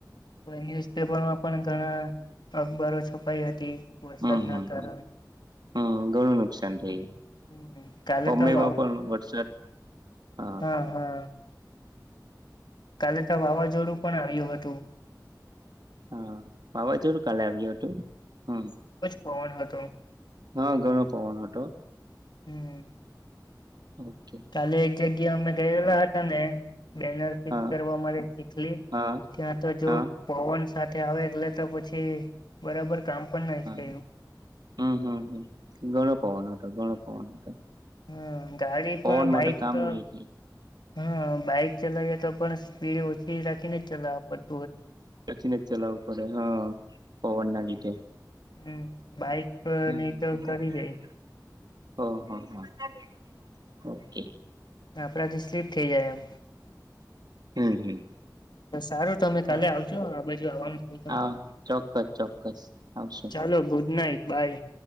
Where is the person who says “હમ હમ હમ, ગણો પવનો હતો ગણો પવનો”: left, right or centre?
Right